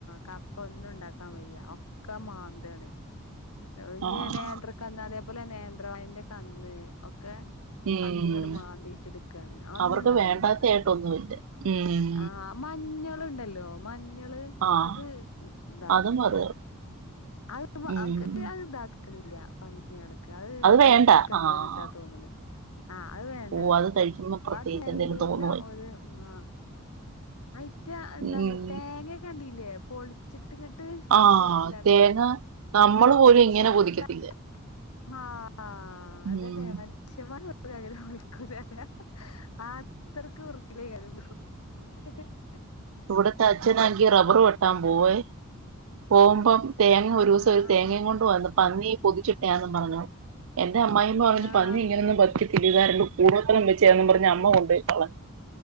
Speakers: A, on the left; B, on the right.
A: കപ്പ ഒന്നും ഉണ്ടാക്ക ക്കാൻവയ്യ ഒക്കെ മാന്താണ് ഇഞ്ഞ്
B: ആഹ്
A: നേന്ത്ര കന്ന് അതേപലെ നേന്ത്ര നേന്ത്രവായന്റെ കന്ന് ഒക്കെ.
B: ഉം
A: പന്നിങ്ങട്മാന്തിട്ട് ഇട്ക്കാണ് അതൊന്നും
B: അവർക്ക്
A: ഇണ്ടാവണില്ല
B: വേണ്ടാത്തയായിട്ടൊന്നുമില്ല ഉം
A: ആ മഞ്ഞള് മഞ്ഞള്ണ്ടല്ലോ മഞ്ഞള്
B: ആഹ്
A: അത് ഇതാക്ക്ണില്ല.
B: അതും പറയാ
A: <unintelligible>
B: ഉം
A: ഇതാക്കണില്ല പന്നി. മഞ്ഞളക്ക് അത് എന്തോ
B: വേണ്ട
A: ഒൽക്ക് എന്തോര്ഇതാ
B: ആഹ്
A: തോന്നണ്. ആ അത് വേണ്ടവർക്ക്
B: ഓ അത് കഴിക്കുമ്പോ പ്രത്യേകിച്ച്
A: ബാക്കി എല്ലാം
B: എന്തെലും തോന്നുവായിരിക്കും
A: ഒരു മാ അയിറ്റ എന്താണ്
B: ഉം
A: തേങ്ങകെ കണ്ടില്ലേ പൊളി ട്ടിങ്ങട്ട്
B: ആഹ്
A: എന്താണ്.
B: തേങ്ങ
A: <unintelligible>
B: നമ്മള് പോലും ഇങ്ങനെ കൊതിക്കത്തില്ല ഉം
A: <unintelligible> ആ അത്രക്ക് വൃത്തിയിലെയ്ക്കാരം <unintelligible>
B: ഇവിടെത്തെ അച്ഛനാങ്കി റബർവെട് ത്താൻ പോവേ പോകുമ്പം തേങ്ങ ഒരൂസം
A: ആഹ് ആഹ്
B: തേങ്ങയും കൊണ്ട് വന്ന് പന്നി. പൊതിച്ചിട്ടയാന്നുംപറഞ്ഞോണ്ട് എന്റെ അമ്മായിയമ്മ
A: ആഹ്
B: പറഞ്ഞു
A: ആഹ്
B: പന്നി ഇങ്ങനൊന്നും ഇതിലാരെങ്കിലും കൂടോത്തരം വെച്ചെ യാന്നും പറഞ്ഞ് അമ്മ കൊണ്ട് പോയി കളഞ്ഞു.